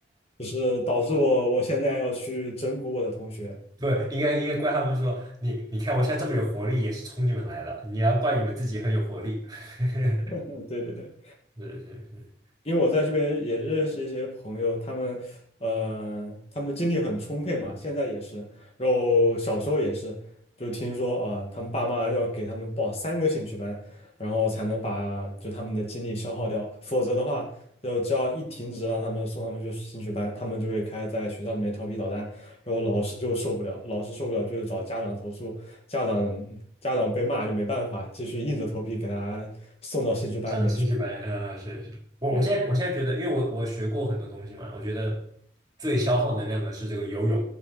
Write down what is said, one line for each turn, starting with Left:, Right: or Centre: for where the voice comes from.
Left: 就是导致我我现在要去整蛊我的同学。<laughs>
Right: 不，应该应该怪他们说你，你看我现在这么有活力，也是冲你们来了。你要怪你们自己很有活力。<laughs>
Left: 嗯，对对对。
Right: 是是是，
Left: 因为我在这边也认识一些朋友，他们，呃，他们精力很充沛嘛，现在也是，然后小时候也是，就听说啊，他们爸妈要给他们报三个兴趣班，然后才能把就他们的精力消耗掉，否则的话，就只要一停止让他们送他们去兴趣班，他们就会开始在学校里面调皮捣蛋，然后老师就受不了，老师受不了就是找家长投诉，家长家长被骂就没办法，继续硬着头皮给他送到兴趣班里面去，
Right: 上兴趣班，呃，是是，我我现在我现在觉得，
Left: 对。
Right: 因为我我学过很多东西嘛，我觉得最消耗能量的是这个游泳。